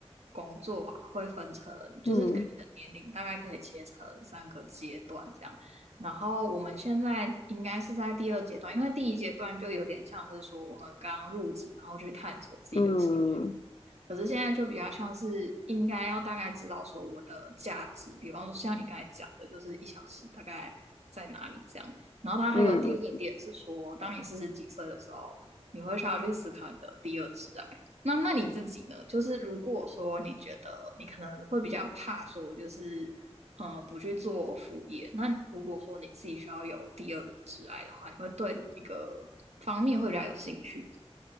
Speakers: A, on the right; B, on the left.
A: 工作啊会分成，就是跟你的年龄大概可以切成三个阶段这样，
B: 嗯
A: 然后我们现在应该是在第二阶段，因为第一阶段就有点像是说我们刚入职，然后去探索自己的兴
B: 嗯
A: 可是现在就比较像是应该要大概知道说我的价值，比方说像你刚才讲的，就是一小时大概在哪里这样。然后它还有第二个点是说，
B: 嗯，
A: 当你四十几岁的时候，你会需要去思考你的第二挚爱。那那你自己呢？就是如果说你觉得你可能会比较怕说，就是嗯、呃不去做副业，那如果说你自己需要有第二挚爱的话，你会对哪一个方面会比较有兴趣？